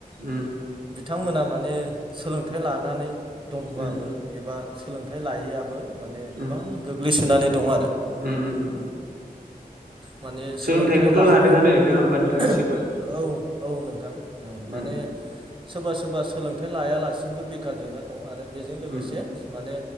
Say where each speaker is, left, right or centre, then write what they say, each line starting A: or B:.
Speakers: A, on the right; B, on the right.
A: उम
B: बिथांमोना माने सोलोंथाइ फ्राय लानानै दंब्लाबो
A: उम
B: एबा सोलोंथाइ लायैआबो माने गोबां
A: उम
B: गोग्लैसोनानै दं आरो।
A: उम उम
B: माने
A: सोलोंथाइखौथ'
B: सोलोंथाइ लाखांनाय
A: लादोंआनो नङा होमबा नोंथां
B: औ
A: इसोरबो
B: औ नोंथां माने
A: उम
B: सोरबा सोरबा सोलोंथाइ लायालासि बेखार जेंना दं आरो बेजों लोगोसे
A: उम
B: माने